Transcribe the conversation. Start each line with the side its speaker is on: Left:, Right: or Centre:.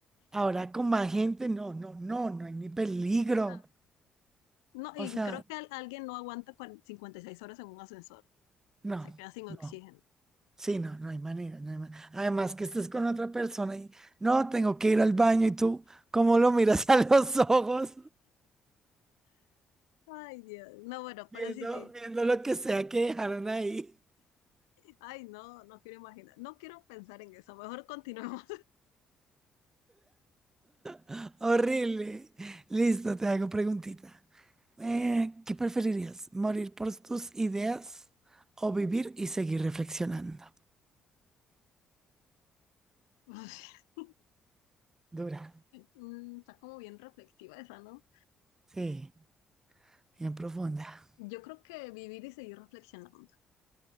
Right: Ahora con más gente, no, no, no, no hay ni peligro.
Left: no. No,
Right: O
Left: y
Right: sea,
Left: creo que al- alguien no aguanta cuaren- 56 horas en un ascensor.
Right: no,
Left: Se queda sin
Right: no.
Left: oxígeno.
Right: Sí, no, no hay manera. No hay ma- Además que estés con otra persona y no, tengo que ir al baño y tú, ¿cómo lo miras <laughs> a los ojos?
Left: Ay, Dios. No, bueno,
Right: Viendo,
Left: pero sí, sí.
Right: viendo lo que sea que dejaron ahí.
Left: Ay, no, no quiero imaginar. No quiero pensar en eso. Mejor continuemos.
Right: <laughs> Horrible. Listo, te hago preguntita. Eh, ¿qué preferirías? ¿Morir por tus ideas o vivir y seguir reflexionando?
Left: <laughs>
Right: Dura.
Left: Mm, Está como bien reflexiva esa, ¿no?
Right: Sí, bien profunda.
Left: Yo creo que vivir y seguir reflexionando.